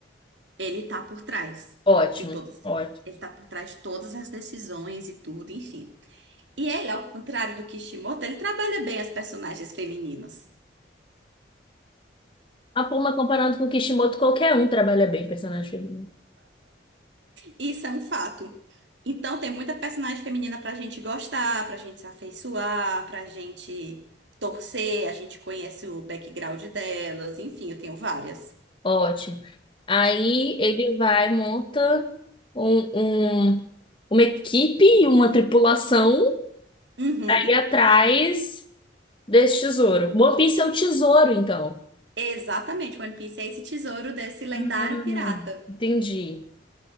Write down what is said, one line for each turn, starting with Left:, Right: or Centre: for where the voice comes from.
Right: Ele tá por trás
Left: Ótimo,
Right: de todas.
Left: ótimo.
Right: Ele tá por trás de todas as decisões e tudo, enfim. E ele, ao contrário do Kishimoto, ele trabalha bem as personagens femininas.
Left: A Puma comparando com o Kishimoto, qualquer um trabalha bem personagem feminino
Right: Isso é um fato. Então tem muita personagem feminina pra gente gostar, pra gente se afeiçoar, pra gente torcer, a gente conhece o background delas, enfim, eu tenho várias.
Left: Ótimo. Aí ele vai, monta um, um- uma equipe e uma tripulação
Right: Uhum.
Left: aí atrás desse tesouro. One Piece é o tesouro, então.
Right: Exatamente, One Piece é esse tesouro desse lendário
Left: Hum,
Right: pirata.
Left: entendi.